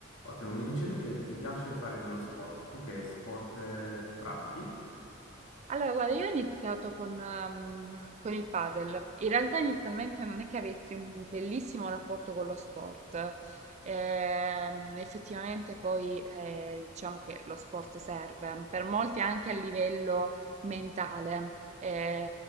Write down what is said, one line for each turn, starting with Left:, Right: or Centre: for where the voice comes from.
Left: Ottimo, mi dicevi che ti piace fare dello sport. Tu che sport eh, pratichi?
Right: Allora, guarda, io ho iniziato con, ehm, con il padel. In realtà inizialmente non è che avessi un bellissimo rapporto con lo sport. Ehm, effettivamente poi eh, diciamo che lo sport serve per molti anche a livello mentale. Eh,